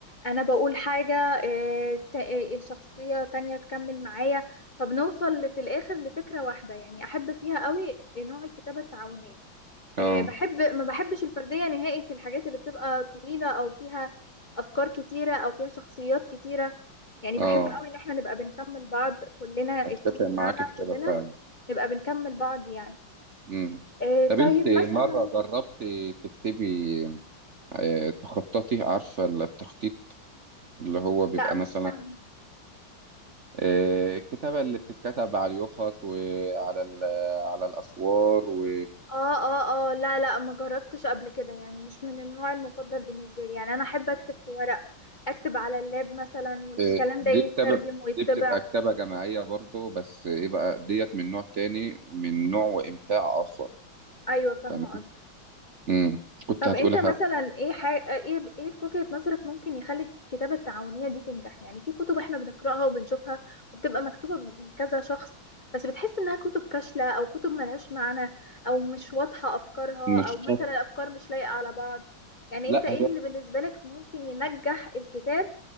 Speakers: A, on the left (about 35°); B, on the right (about 50°).
A: انا بقول حاجه آه، تا- آه، شخصيه تانية تكمل معايا فبنوصل في الاخر لفكره واحده يعني احب فيها قوي نوع الكتابه التعاونيه
B: اه
A: آه، بحب ما بحبش الفردية نهائي في الحاجات اللي بتبقى طويلة أو فيها أفكار كتيرة أو فيها شخصيات كتيرة يعني
B: اه
A: بحب قوي إن احنا نبقى بنكمل بعض كلنا
B: اتفق
A: التيم بتاعنا
B: معاك في كده
A: كلنا
B: فعلا
A: نبقى بنكمل بعض يعني
B: مم.
A: آه،
B: طب
A: طيب
B: انت
A: مثلا
B: مرة جربت تكتبي آه، تخططي عارفة التخطيط اللي هو بيبقى
A: لا مش
B: مثلا
A: فاهمة
B: آه، الكتابة اللي بتتكتب على اليوفط وعلى ال- على الأسوار و
A: اه اه اه لا لا ما جربتش قبل كده يعني مش من النوع المفضل بالنسبة لي يعني أنا أحب أكتب في ورق أكتب على اللاب مثلا والكلام
B: آه، دي
A: ده يترجم
B: كتابة
A: ويتبع
B: دي بتبقى كتابة جماعية برضو بس ايه بقى ديت من نوع تاني من نوع وإمتاع آخر
A: أيوة فاهمة
B: فاهمة؟
A: قصدك
B: مم. كنت
A: طب
B: هتقولها
A: انت مثلا ايه حا... ايه ايه في وجهة نظرك ممكن يخلي الكتابة التعاونية دي تنجح يعني في كتب احنا بنقراها وبنشوفها وبتبقى مكتوبة من كذا شخص بس بتحس انها كتب فاشلة او كتب ملهاش معنى او مش واضحة افكارها
B: مش
A: او مثلا الافكار مش لايقة على بعض يعني
B: لا
A: انت ايه
B: هي
A: اللي بالنسبة لك ممكن ينجح الكتاب